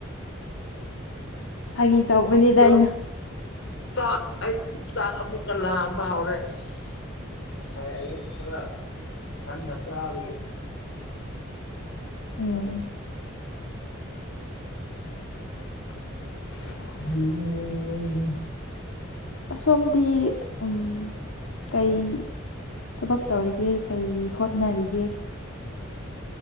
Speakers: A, on the left; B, on the left.
A: ꯐꯥꯒꯤ ꯇꯧꯕꯅꯤꯗ
B: ꯑꯩꯒꯤꯗꯣ
A: ꯑꯩꯅ
B: ꯆꯛ ꯑꯩ ꯆꯥꯛ ꯑꯃꯨꯛ ꯀꯥ ꯂꯥꯝꯕ ꯍꯧꯔꯦ ꯑꯁ ꯉꯁꯥꯏ ꯑꯌꯨꯛ ꯈꯔ ꯉꯟꯅ ꯆꯥꯕꯒꯤ
A: ꯎꯝ
B: <unintelligible> ꯎꯝ
A: ꯑꯁꯣꯝꯗꯤ ꯎꯝ ꯀꯩ ꯊꯕꯛ ꯇꯧꯔꯤꯒꯦ ꯀꯔꯤ ꯍꯣꯠꯅꯔꯤꯒꯦ